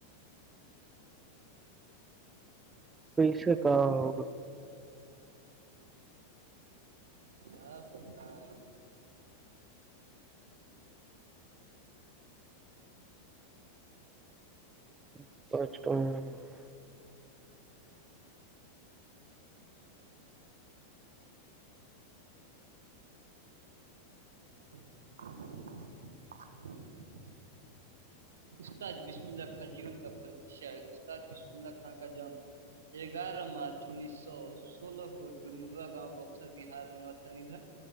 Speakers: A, on the right; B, on the right.
A: پیسے کہاں ہوگا
B: ہ بتائی
A: <unintelligible>
B: <unintelligible> استاد بسم اللہ خاں جیون کا ہے استاد بسم اللہ خاں کا جان اگارہ مارچ انیس سو سول پور ڈومڈوا گاؤ بکسر بار میں متن ادھر